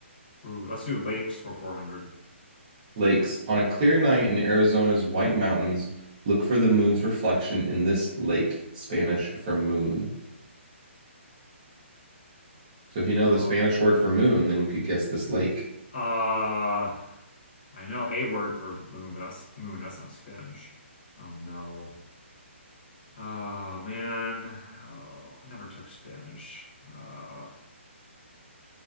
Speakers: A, on the left; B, on the right.
A: Ooh, let's do lakes for 400.
B: Lakes. On a clear night in Arizona's White Mountains, look for the moon's reflection in this lake, Spanish for moon. So if you know
A: Uh,
B: the Spanish word for moon, then
A: uh,
B: you could guess this lake.
A: I know a word for moon, but that's moon. That's not Spanish. Oh no. Oh man. Oh, I never took Spanish. Uh,